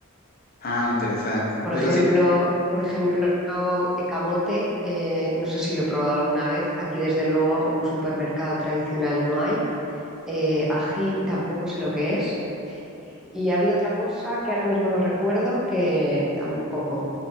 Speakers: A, on the left; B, in the centre.
A: Ah, interesante.
B: Por
A: Pero
B: ejemplo,
A: sí,
B: por ejemplo, eh, camote, eh, no sé si lo he probado alguna vez. Aquí, desde luego, en un supermercado tradicional no hay. Eh, ají tampoco sé lo que es. Y ha habido otra cosa que ahora mismo no recuerdo que tampoco.